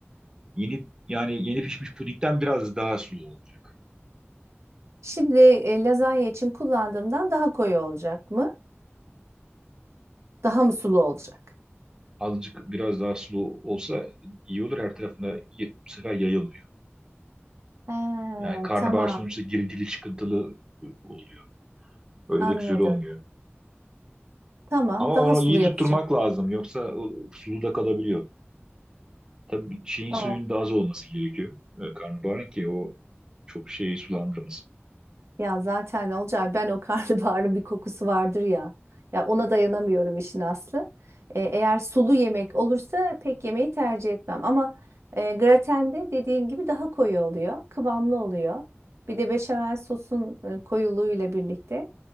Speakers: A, on the right; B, on the right.
A: yeni yani yeni pişmiş pudingden biraz daha sulu olacak.
B: Şimdi e, lazanya için kullandığımdan daha koyu olacak mı? Daha mı sulu olacak?
A: Azıcık biraz daha sulu olsa iyi olur her tarafına y- bu sefer yayılmıyor.
B: Ha,
A: Yani karnabahar
B: tamam
A: sonuçta girintili çıkıntılı e, oluyor. Öyle
B: anladım.
A: de güzel olmuyor.
B: Tamam
A: Ama
B: daha
A: onu
B: sulu
A: iyi tutturmak
B: yapacağım.
A: lazım yoksa o sulu da kalabiliyor. Tabii şeyin
B: Tamam.
A: suyun da az olması gerekiyor. e, Karnabaharın ki o çok şeyi sulandırmasın.
B: Ya zaten ne olacak. Ben o <laughs> karnabaharın bir kokusu vardır ya. Ya ona dayanamıyorum işin aslı. E, eğer sulu yemek olursa pek yemeği tercih etmem. Ama e, gratende dediğin gibi daha koyu oluyor. Kıvamlı oluyor. Bir de beşamel sosun e, koyuluğuyla birlikte.